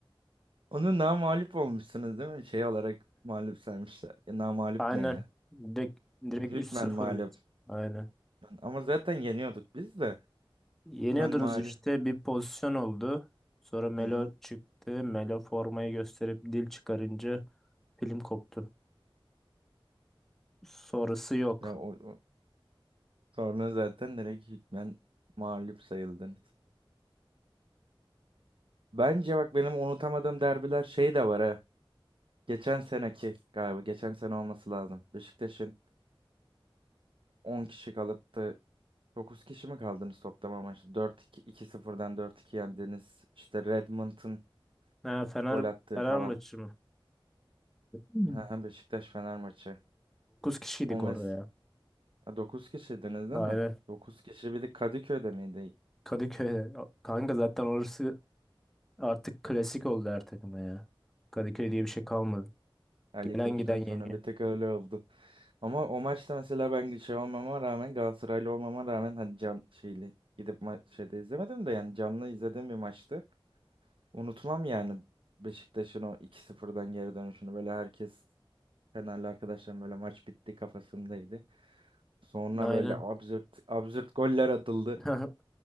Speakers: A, on the right; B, in the centre.
A: Onu namağlup olmuşsunuz değil mi? Şey olarak mağlup saymışlar. Ya, namağlup
B: Aynen.
A: ne ya?
B: Direkt, direkt
A: Hükmen
B: 3-0
A: mağlup.
B: bitti. Aynen.
A: Ama zaten yeniyorduk biz de.
B: Yeniyordunuz
A: Hükmen mağlup.
B: işte bir pozisyon oldu. Sonra Melo
A: Hı hı.
B: çıktı. Melo formayı gösterip dil çıkarınca film koptu. Sonrası yok.
A: Ya o, o- sonra zaten direkt hükmen mağlup sayıldınız. Bence bak benim unutamadığım derbiler şey de var ha. Geçen seneki galiba. Geçen sene olması lazım. Beşiktaş'ın 10 kişi kalıp da 9 kişi mi kaldınız toplama maçta? dört iki iki sıfırdan dört iki yendiniz. İşte Redmond'ın
B: Ha, Fener,
A: gol attığı
B: Fenerbahçe
A: falan.
B: mi? Hmm.
A: <laughs> Beşiktaş Fener maçı.
B: kişiydik
A: O
B: orada
A: mes
B: ya.
A: dokuz kişiydiniz değil
B: Aynen.
A: mi? dokuz kişi bir de Kadıköy'de miydi?
B: Kadıköy. Kanka zaten orası artık klasik oldu her takıma ya. Kadıköy diye bir şey kalmadı.
A: Ali
B: Gelen
A: Koç'tan
B: giden yeniyor.
A: sonra bir tek öyle oldu. Ama o maçta mesela ben şey olmama rağmen Galatasaraylı olmama rağmen hani can şeyli gidip ma- şeyde izlemedim de yani canlı izlediğim bir maçtı. Unutmam yani Beşiktaş'ın o iki 0dan geri dönüşünü böyle herkes Fenerli arkadaşlarım böyle maç bitti kafasındaydı. Sonra
B: Aynen.
A: böyle absürt absürt goller atıldı.
B: <laughs>